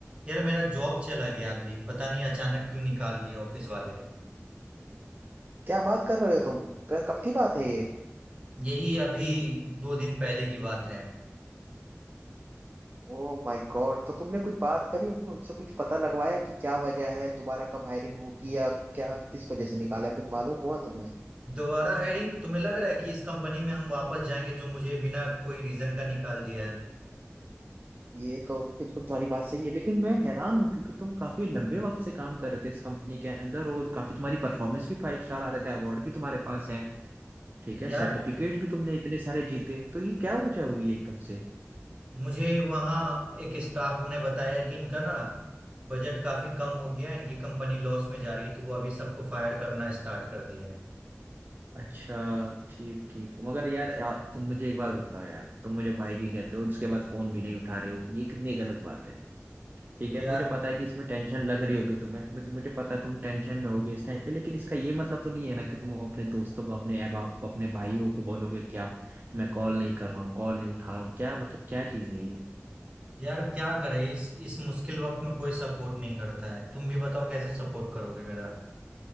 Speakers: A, on the right; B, on the right.
A: यार मेरा जॉब चला गया अभी पता नहीं अचानक क्यों निकाल दिया ऑफिस वाले
B: क्या बात कर रहे हो तुम क- कब की बात है ये
A: यही अभी दो दिन पहले की बात है
B: Oh my god तो तुमने कुछ बात करी उनसे कुछ पता लगवाया कि क्या वजह है दोबारा कब हायरिंग होगी या क्या किस वजह से निकाला है कुछ मालूम हुआ तुम्हें
A: दोबारा हायरिंग तुम्हें लग रहा है कि इस कंपनी में हम वापस जाएंगे जो मुझे बिना कोई रीजन का निकाल दिया है
B: ये तो बिल्कुल तुम्हारी बात सही है लेकिन मैं हैरान हूँ क्योंकि तुम काफी लंबे वक्त से काम कर रहे थे इस कंपनी के अंदर और काफी तुम्हारी परफॉर्मेंस भी फाइव स्टार आ रहे थे अवार्ड भी तुम्हारे पास है ठीक है
A: यार
B: सर्टिफिकेट भी तुमने इतने सारे जीते तो ये क्या वजह हुई एकदम से
A: मुझे वहाँ एक स्टाफ ने बताया कि इनका ना बजट काफी कम हो गया है, इनकी कंपनी लॉस में जा रही है तो वो अभी सबको फायर करना स्टार्ट कर दिया है
B: अच्छा ठीक ठीक मगर यार, यार तुम मुझे एक बात बताओ यार तुम मुझे भाई भी कहते हो और उसके बाद फोन भी नहीं उठा रहे हो ये कितनी गलत बात है ठीक है
A: यार
B: मुझे पता है कि इसमें टेंशन लग रही होगी तुम्हें मुझे मुझे पता है तुम टेंशन में होगी इस टाइम पे लेकिन इसका ये मतलब तो नहीं है ना कि तुम अपने दोस्तों को अपने अहबाब बाप को अपने भाइयों को बोलोगे क्या मैं कॉल नहीं कर रहा हूँ कॉल नहीं उठा रहा हूँ क्या मतलब क्या चीज है ये
A: यार क्या करे इस इस मुश्किल वक्त में कोई सपोर्ट नहीं करता है तुम भी बताओ कैसे सपोर्ट करोगे मेरा